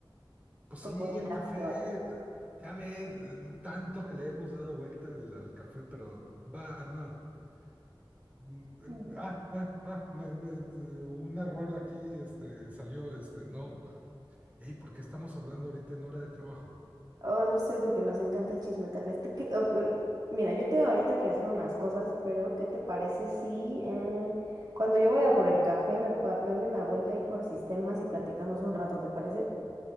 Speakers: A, on the right (about 15°); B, on the right (about 50°).
A: pues sí,
B: Comunicación.
A: el café, d- ya ve, d- tanto que le hemos dado vuelta al, al café, pero va, no. Mm, eh,
B: <laughs>
A: Ah, ah, ah, me- me- de- un error aquí, este, salió, este, no, ba- ey, ¿por qué estamos hablando ahorita en hora de trabajo?
B: Oh, no sé, porque nos encanta el chisme, tal vez. Te, que- oh, em, mira, yo tengo ahorita que hacer unas cosas, pero ¿qué te parece si eh, cuando yo vaya por el café me, pa- me doy una vuelta ahí por sistemas y platicamos un rato, ¿te parece?